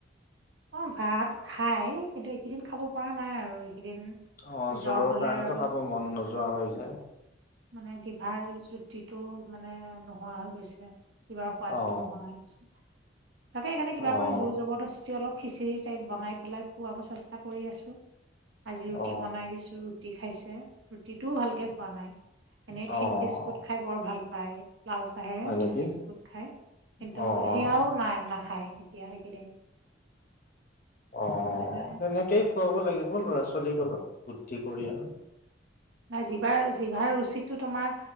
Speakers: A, on the right; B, on the left.
A: অ' ভাত খাই, কিন্তু এইকেইদিন খাব পৰা নাই আৰু এইকেইদিন
B: অ' জ্বৰৰ
A: জ্বৰ হলে
B: কাৰণেতো
A: আৰু
B: খাব মন নোযোৱা হৈ যায়।
A: মানে জিভাৰ জুতিটো মানে নোহোৱা হৈ গৈছে। কিবা সোৱাদটো
B: অ
A: নোহোৱা গৈছে, তাকে সেইকাৰণে কিবা
B: অ
A: কৰি জোৰ জবৰদস্তি অলপ খিচিৰি টাইপ বনাই পেলাই খুৱাব চেষ্টা কৰি আছোঁ, আজি ৰুটি
B: অ',
A: বনাই দিছোঁ, ৰু ৰুটি খাইছে, ৰুটিটোও ভালকৈ খোৱা নাই। এনেই
B: অ',
A: থিন
B: অ',
A: বিস্কুট খাই বৰ ভাল পায়, লাল চাহেৰে
B: হয়
A: থিন
B: নেকি?
A: বিস্কুট খাই। কিন্তু
B: অ',
A: সেয়াও নাই নাখায় এতিয়া এইকেইদিন।
B: অ'
A: মানে
B: তেনেকেই খুৱাব লাগিব ল'ৰা ছোৱালীক অলপ, বুদ্ধি কৰি আৰু।
A: নাই জিভাৰ জিভাৰ ৰুচিটো তোমাৰ